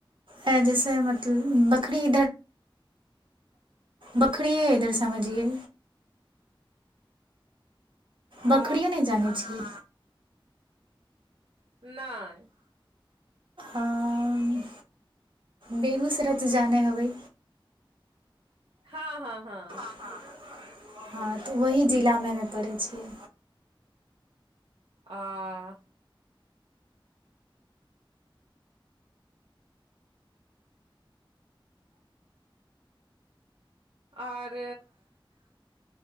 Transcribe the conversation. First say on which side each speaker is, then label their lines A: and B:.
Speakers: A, on the right; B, on the right.
A: एँ जैसे मत बकरी बखरी इधर समझियऐ
B: आ
A: बकरीयो नहि जानैत छिय
B: नय
A: अ, बेगूसराय त जाने होबै
B: हाँ हाँ हाँ
A: हाँ हँ तऽ ओही जिलामे हमे परै छियै
B: आ आर